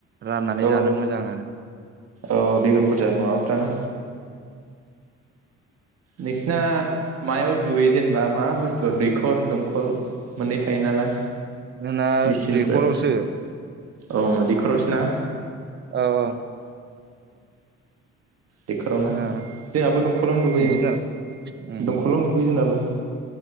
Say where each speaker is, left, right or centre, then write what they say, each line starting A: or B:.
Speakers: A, on the right; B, on the right.
A: राननानै
B: औ
A: जानो मोजां आरो
B: औ बेगर बुरजा माबाफ्राना नोंसिना मायाव दुगैजेन बा मा बुस्थु दैखर दंखल मोननै थायो नालाय
A: जोंना
B: मेचिनफोर
A: दैखरावसो
B: औ दैखरावसोना
A: औ औ
B: दैखरावना
A: ओ
B: जोंहाबो दंखलावनो दुगैयो
A: नोंसिना उम
B: दंखलावनो दुगैयो जोंनाबो